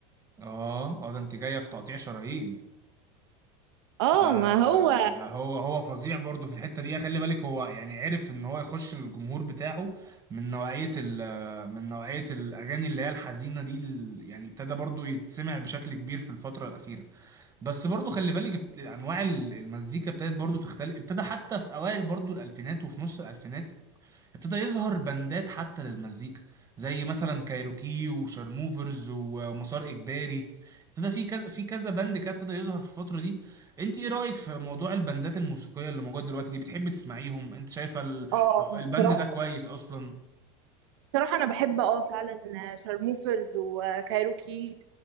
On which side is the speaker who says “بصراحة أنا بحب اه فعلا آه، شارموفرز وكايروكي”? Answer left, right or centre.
Right